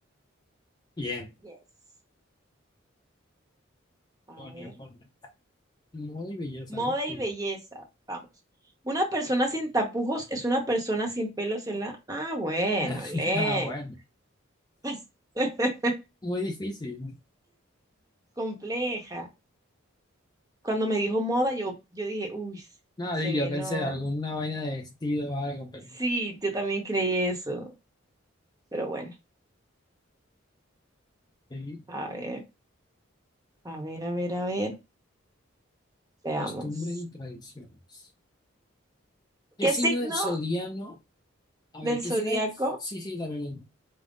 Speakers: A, on the left; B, on the right.
A: Bien.
B: Yes. A
A: Polonia,
B: ver.
A: Polonia. Modo y belleza,
B: Moda
A: ¿no? Tuyo.
B: y belleza. Vamos. Una persona sin tapujos es una persona sin pelos en la... Ah, bueno,
A: <laughs>
B: Len.
A: Ah, bueno.
B: <laughs>
A: Muy difícil.
B: Compleja. Cuando me dijo moda, yo, yo dije, uy,
A: Nada,
B: se
A: y
B: vino.
A: yo pensé alguna vaina de vestido o algo, pero
B: Sí, yo también creí eso. Pero bueno,
A: sí,
B: a ver, a ver, a ver, a ver. Veamos.
A: costumbres y tradiciones. ¿Qué
B: ¿Qué
A: signo
B: signo
A: del zodiano? A
B: del
A: ver, ¿qué
B: zodiaco.
A: signo es? Sí, sí, dale, dale.